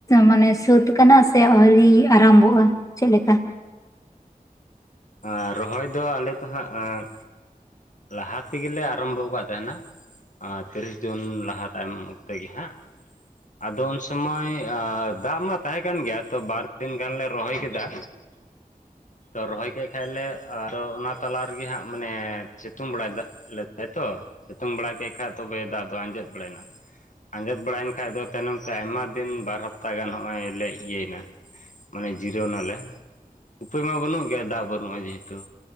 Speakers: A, on the left; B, on the left.
A: ᱢᱟᱱᱮ ᱥᱟᱹᱛ ᱠᱟᱱᱟ ᱥᱮ ᱟᱹᱣᱨᱤ ᱟᱨᱟᱢᱵᱷᱚᱜᱼᱟ ᱪᱮᱫ ᱞᱮᱠᱟ
B: ᱟᱨ ᱨᱚᱦᱚᱭ ᱫᱚ ᱟᱞᱮ ᱫᱚ ᱦᱟᱸᱜ ᱞᱟᱦᱟ ᱛᱮᱜᱮᱞᱮ ᱟᱨᱟᱢᱵᱷᱚ ᱟᱠᱟᱫ ᱛᱟᱦᱮᱱᱟ ᱛᱤᱨᱤᱥ ᱡᱩᱱ ᱞᱟᱦᱟ ᱛᱟᱭᱚᱢ ᱠᱛᱮᱜᱮ ᱦᱟᱸᱜ ᱟᱫᱚ ᱩᱱ ᱥᱩᱢᱚᱭ ᱫᱟᱜ ᱢᱟ ᱛᱟᱦᱮᱸ ᱠᱟᱱ ᱜᱮᱭᱟ ᱛᱚ ᱵᱟᱨᱫᱤᱱ ᱜᱟᱱᱞᱮ ᱨᱚᱦᱚᱭ ᱠᱮᱫᱟ
A: <inaudible>
B: ᱛᱚ ᱨᱚᱦᱚᱭ ᱠᱮᱫ ᱠᱷᱟᱡ ᱞᱮ ᱟᱨᱚ ᱚᱱᱟ ᱛᱟᱞᱟ ᱨᱮᱜᱮ ᱦᱟᱸᱜ ᱢᱟᱱᱮ ᱥᱤᱛᱩᱝ ᱵᱟᱲᱟᱭᱫᱟ ᱞᱮᱫᱟᱭᱛᱚ ᱥᱤᱛᱩᱝ ᱵᱟᱲᱟ ᱠᱮᱫ ᱠᱷᱟᱡ ᱛᱚᱵᱮ ᱫᱟᱜ ᱫᱚ ᱟᱸᱡᱮᱫ ᱵᱟᱲᱟᱭᱮᱱᱟ ᱟᱸᱡᱮᱫ ᱵᱟᱲᱟᱭᱮᱱ ᱠᱷᱟ ᱫᱚ ᱛᱟᱭᱱᱚᱢ ᱛᱮ ᱟᱭᱢᱟ ᱫᱤᱱ ᱵᱟᱨ ᱦᱟᱯᱛᱟ ᱜᱟᱱ ᱱᱚᱜᱼᱚᱭ ᱞᱮ ᱤᱭᱟᱹᱭᱱᱟ ᱢᱟᱱᱮ ᱡᱤᱨᱟᱹᱣᱱᱟᱞᱮ ᱩᱯᱟᱹᱭ ᱢᱟ ᱵᱟᱹᱱᱩᱜ ᱜᱮᱭᱟ ᱫᱟᱜ ᱵᱟᱹᱱᱩᱜᱼᱟ ᱡᱮᱦᱮᱛᱩ